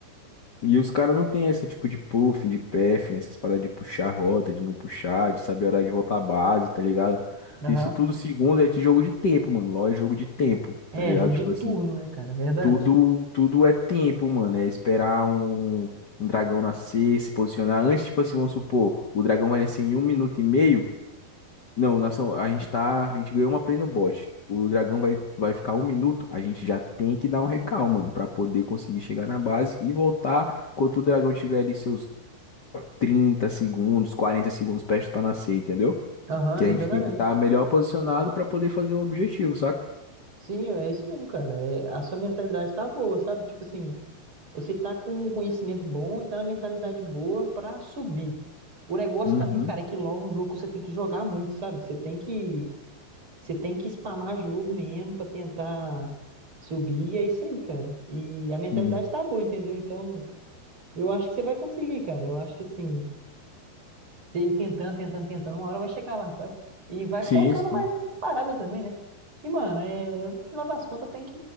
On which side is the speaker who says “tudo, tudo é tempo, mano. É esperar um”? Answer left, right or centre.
Left